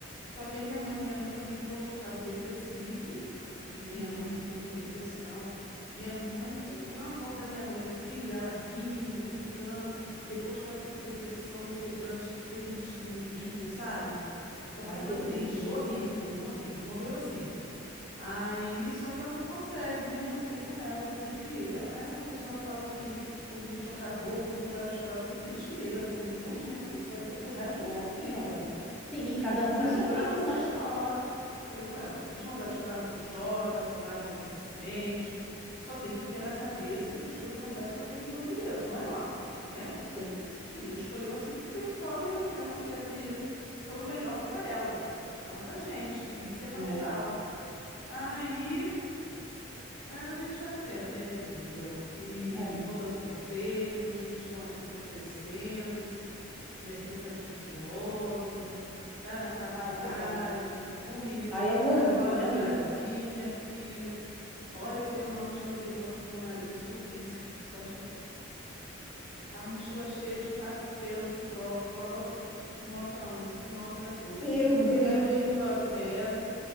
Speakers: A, on the left (about 65°); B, in the centre.
A: Só que aí minha mãe, minha mãe também entrou no estado depressivo. Mi- Minha
B: Hum.
A: mãe ficou com depressão. Minha mãe, se
B: terrível.
A: tu vê uma foto da minha mãe assim, dela rindo, brincando, e depois que ela ficou com depressão, um semblante triste, não ria, sabe? Só ficava
B: Ai, terrível.
A: triste,
B: Depressão
A: horrível,
B: é terrível.
A: menino, horrível. Morreu assim. Aí, só que ela não consegue, né? Eu falei com ela, eu falei, minha filha, ela, ah, o pessoal fala que o luto já acabou, que eu tenho que parar de chorar. Eu falei, mentira, o luto, minha filha, você vai ter pro resto
B: Claro
A: da sua vida.
B: que não. Sim, e cada
A: Se vontade
B: um tem seu
A: de chorar,
B: tempo,
A: você
B: né?
A: chora. Falei com ela, senti vontade de chorar, você chora, tá com saudade, você sente. Só tem que enfiar na cabeça que as coisas acontecem com a permissão de Deus, não é nossa, né?
B: Sim.
A: Se Deus escolheu assim, porque foi a melhor maneira, né? Foi o melhor para ela, não pra gente. Isso é natural.
B: É,
A: Aí. É, a gente vai vivendo, né, minha amiga? E
B: é.
A: vou dando conselho, meus filhos estão aqui, estão crescendo, minha filha está estudiosa, tá na faculdade,
B: Ai, que bom, né?
A: o menino
B: Aí
A: não quer
B: é um orgulho,
A: nada com a hora
B: né,
A: do
B: amiga?
A: Brasil, minha filha. Olha, eu fui arrumar a mochila dele ontem com meu marido, se tu visse, <laughs> só Jesus. A mochila cheia de papel de prova, prova com nota um, com nota dois,
B: Meu
A: com nota
B: Deus!
A: zero vírgula zero.